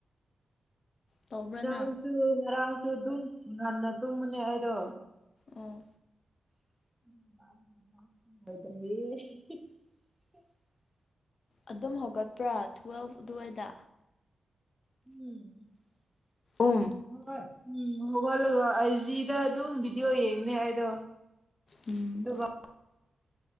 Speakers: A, on the left; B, in the centre.
A: ꯇꯧꯕ꯭ꯔꯥ
B: ꯉꯥꯡꯁꯨ
A: ꯅꯪ
B: ꯉꯔꯥꯡꯁꯨ ꯑꯗꯨꯝ ꯉꯟꯅ ꯇꯨꯝꯕꯅꯦ ꯑꯩꯗꯣ
A: ꯑꯣ
B: <unintelligible>
A: ꯑꯗꯨꯝ ꯍꯧꯒꯠꯄ꯭ꯔꯥ ꯇꯨꯋꯦꯜꯐ ꯑꯗꯨꯋꯥꯏꯗ
B: ꯎꯝ
A: ꯎꯝ
B: ꯍꯣꯏ ꯎꯝ ꯍꯧꯒꯠꯂꯒ ꯑꯥꯏꯖꯤꯗ ꯑꯗꯨꯝ ꯕꯤꯗꯤꯑꯣ ꯌꯦꯡꯕꯅꯦ ꯑꯩꯗꯣ
A: ꯎꯝ
B: ꯑꯗꯨꯒ